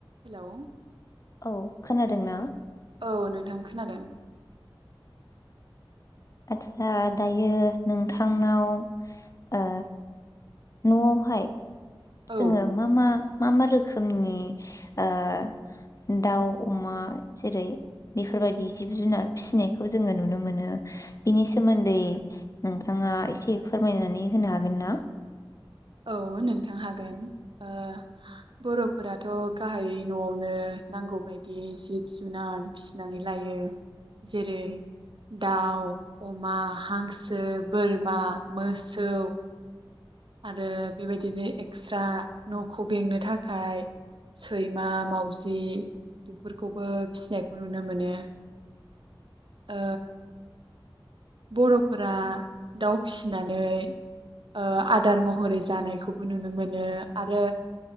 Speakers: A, on the right; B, on the left.
A: Hello
B: औ खोनादोंना
A: औ नोंथां खोनादों
B: आतसा दायो नोंथांनाव ओ नआवहाय
A: औ
B: जोङो मा मा मा मा रोखोमनि ओ दाउ अमा जेरै बेफोरबायदि जिब जुनार फिसिनायखौ जोङो नुनो मोनो बिनि सोमोन्दै नोंथाङा एसे फोरमायनानै होनो हागोन ना?
A: औ नोंथां हागोन ओ बरफोराथ गाहायै नआवनो नांगौबायदि जिब जुनार फिसिनानै लायो जेरै दाउ अमा हांसो बोरमा मोसौ आरो बेबायदिनो एक्सट्रा नखौ बेंनो थाखाय सैमा मावजि बेफोरखौबो फिसिनायखौ नुनो मोनो। ओ बरफोरा दाउ फिसिनानै ओ आदार महरै जानायखौबो नुनो मोनो आरो